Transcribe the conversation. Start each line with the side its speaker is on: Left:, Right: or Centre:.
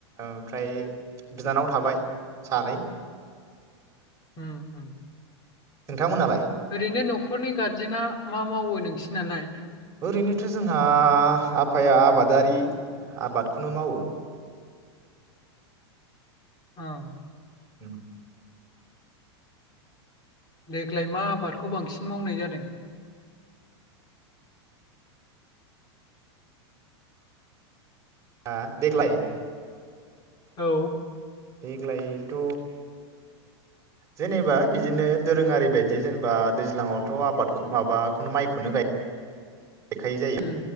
Right: ओमफ्राय बिनानाव थाबाय सानै।
Left: उम उम।
Right: नोंथांमोनालाय।
Left: ओरैनो न'खरनि गारजेना मा मावो नोंसि नालाय?
Right: ओरैनोथ' जोंहा आफाया आबादारि आबादखौनो मावो।
Left: ओं
Right: उम।
Left: देग्लाय मा आबादखौ बांसिन मावनाय जादों?
Right: हा देग्लाय?
Left: औ
Right: देग्लायथ' जेनेबा बिदिनो दोरोङारि बायदि जेनेबा दैज्लाङावथ' आबादखौ माबाखौनो माइखौनो गाय बेखाय जायो
Left: उम